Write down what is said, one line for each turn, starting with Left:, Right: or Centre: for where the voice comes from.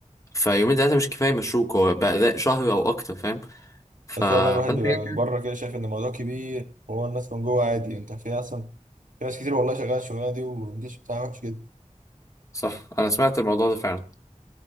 Left: فيومين ثلاثه مش كفايه مشروك هو بقى ده شهر او اكتر فاهم ف...
Right: بس هو بقى الواحد
Left: فانت
Right: بيبقى
Left: كده كده
Right: من بره كده شايف ان الموضوع كبير وهو الناس من جوه عادي انت في اصلا في ناس كتير والله شغاله الشغلانه دي والانجليزي بتاعها وحش جدا
Left: صح انا سمعت الموضوع ده فعلا